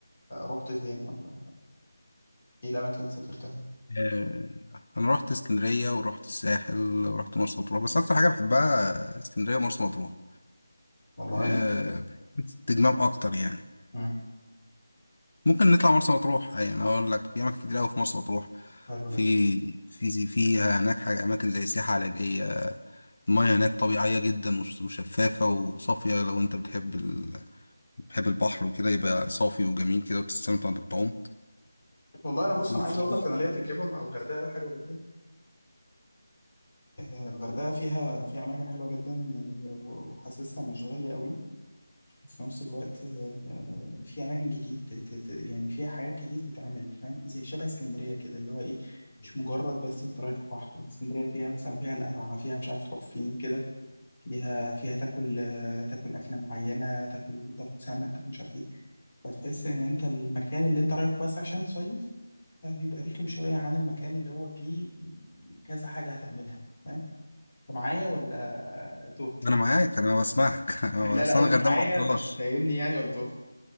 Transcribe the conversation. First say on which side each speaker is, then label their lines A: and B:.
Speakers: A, on the left; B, on the left.
A: رحت فين ولا إيه الأماكن اللي سافرتها؟
B: آه، انا رحت اسكندرية ورحت الساحل ورحت مرسى مطروح بس اكتر حاجة بحبها اسكندرية ومرسى مطروح
A: والله
B: أه استجمام اكتر يعني
A: مم.
B: ممكن نطلع مرسى مطروح يعني اقول لك في اماكن كتير قوي في مرسى مطروح
A: حلو
B: في
A: جدا
B: في زي- فيها هناك حاجة أماكن زي سياحة علاجية المياه هناك طبيعية جدا وش- وشفافة وصافية لو أنت بتحب ال... بتحب البحر وكده يبقى صافي وجميل كده وتستمتع وأنت بتعوم
A: والله انا بص
B: وفي
A: انا عايز اقول لك انا ليا تجربه مع الغردقه حلوه جدا آه، الغردقه فيها فيها اماكن حلوه جدا آه، و- وحاسسها مش غاليه قوي وفي نفس الوقت آه، في اماكن جديد ت- ت- ت- يعني فيها حاجات كتير تتعمل فاهم زي شبه اسكندريه كده اللي هو ايه مش مجرد بس انت رايح بحر اسكندريه فيها مثلا فيها القلعه فيها مش عارف تروح فين كده فيها فيها تاكل آه، تاكل اكله معينه تاكل تاكل سمك تاكل مش عارف ايه فتحس ان انت المكان اللي انت رايحه بس عشان تصيف بيبقى رخم شوية عن المكان اللي هو فيه كذا حاجة هتعملها فاهم انت معايا ولا تهت
B: <laughs> أنا معاك أنا بسمعك <laughs> أنا
A: لا
B: أصل
A: لا قصدي
B: أنا الغردقة
A: معايا
B: ما رحتهاش
A: فاهمني يعني ولا تهت